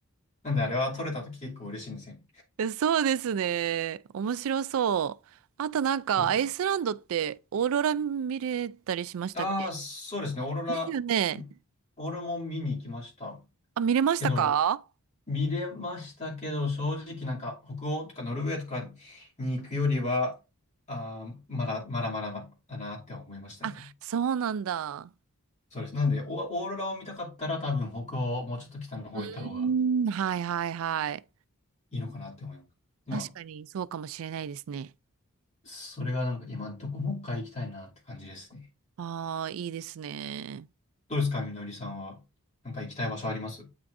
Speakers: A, on the left; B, on the right.
A: なんであれは撮れたとき結構嬉しいんですよね。
B: そうですね。面白そう。あとなんか、
A: それ。
B: アイスランドってオーロラ見れたりしましたっけ
A: ああ、そうですね。オーロラ、
B: ですよね。
A: んオーロラも見に行きました。
B: あ、見れましたか
A: けど、見れましたけど、正直なんか北欧とかノルウェーとかに行くよりは、あー、まだまだまだまだなって思いましたね。
B: あ、そうなんだ。
A: そうです。なんで、オーオーロラを見たかったら多分北欧、もうちょっと北の方行った方が
B: うーん、はいはいはい。
A: いいのかなって思います。ま
B: 確かにそうかもしれないですね。
A: あ、それがなんか今んとこもう一回行きたいなって感じですね。
B: ああ、いいですね。
A: どうですか、みのりさんは。なんか行きたい場所あります